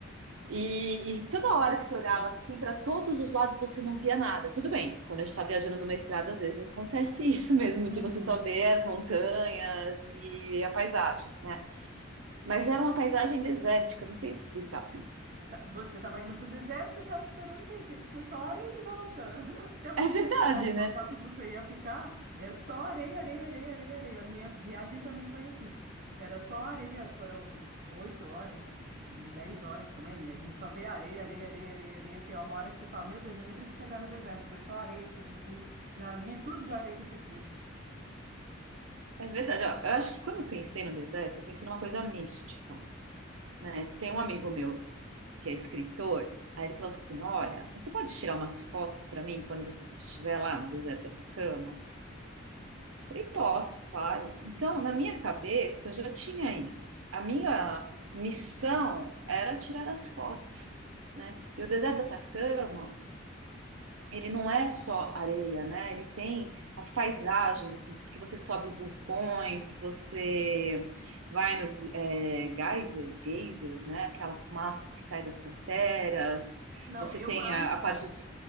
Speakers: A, on the right; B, on the right.
A: E, e toda hora que você olhava assim para todos os lados você não via nada. Tudo bem, quando a gente está viajando numa estrada, às vezes acontece <laughs> isso mesmo,
B: Uhum.
A: de você só ver as montanhas e a paisagem, né? Mas era uma paisagem desértica, não sei te explicar.
B: Da- Você estava indo para o deserto, você estava esperando o quê? Tinha que ser só areia em volta. <laughs> Até você
A: É verdade,
B: chegar no local
A: né?
B: que você ia ficar, é só areia, areia, areia, areia, areia. A minha viagem também foi assim. Era só areia, foram oito horas, dez horas também, e a gente só vê areia, areia, areia, areia, areia. Tem uma hora que você fala, meu Deus, eu nem preciso chegar no deserto, porque é só areia que tem aqui. Já vi tudo de areia que eu tinha que ver.
A: É verdade. Ó, eu acho que quando eu pensei no deserto, eu pensei numa coisa mística, né? Tem um amigo meu que é escritor, aí ele falou assim: Olha, você pode tirar umas fotos para mim quando você estiver lá no deserto do Atacama? Falei, posso, claro. Então, na minha cabeça, eu já tinha isso. A minha missão era tirar as fotos, né? E o deserto do Atacama, ele não é só areia, né? Ele tem as paisagens, assim, porque você sobe vulcões, você vai nos é, geyser, geyser, né? Aquela fumaça que sai das crateras,
B: Não,
A: você
B: eu
A: tem
B: acho,
A: a, a parte de...